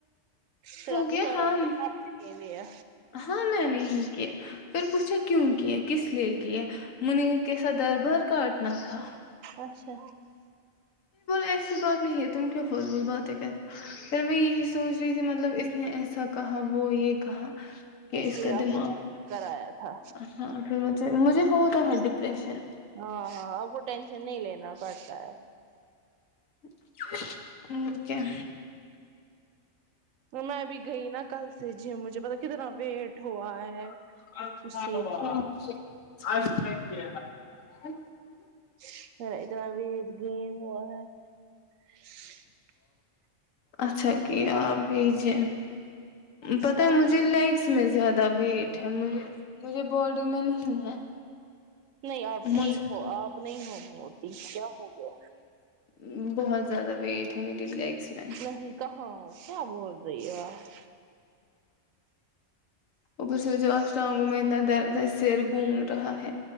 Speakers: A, on the right; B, on the left.
A: پھر آپ
B: گیا
A: نے سورب
B: ہاں میں
A: لیا
B: ہاں مے نے ہی کیا کیا پھر پوچھا کیوں کیا یہ کس لیے کی ہے منیر کے صدر بر کاٹنا تھا
A: اچھا
B: ایسی بات نہیں ہے تم کیوں فضول باتیں کر سوچ رہی تھی مطلب ایسا کہا وہ یہ کہا کہ اس
A: لیے
B: کا
A: آپ
B: دماغ
A: کو چیک کرایا تھا
B: اان پھر مجھے خود <inaudible>
A: ہان ہان وہ ٹینشن نہیں لینا پتا ہی
B: <unintelligible> <unintelligible>
A: میں بھی گئی نا کل سے جیم مجھے پتہ ہے کتنا ویٹ ہوا ہے
B: <unintelligible>
A: مصیبت <unintelligible> <unintelligible>
B: اچھا کیا ابھی جے پتا
A: ہاں
B: ہیں مجھے لیگز میں زیادہ ویٹ ہیں مجھے مجھے باڈی میں نہیں ہے
A: نہیں آپ ٹھیک
B: مجھ
A: ہو آپ نہیں ہو موٹی کیا بھولو
B: ہمم بہت زیادہ ویٹ ہیں میری لیگز میں
A: نہیں کہاں ہو کیا بول رہی ہو آپ
B: اوپر سے آج ٹانگوں میں اتنا درد ہے سر گوم رہا ہیں